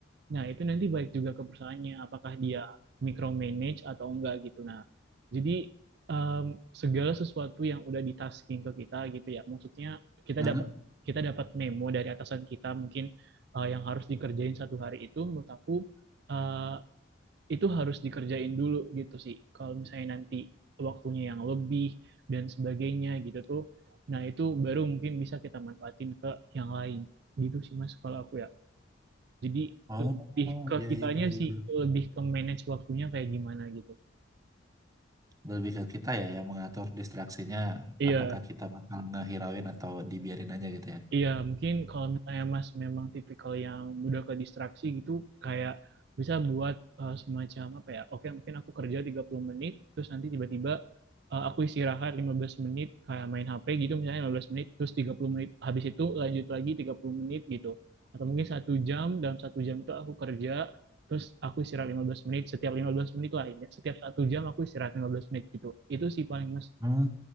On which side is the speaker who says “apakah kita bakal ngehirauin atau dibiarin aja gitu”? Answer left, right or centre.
Right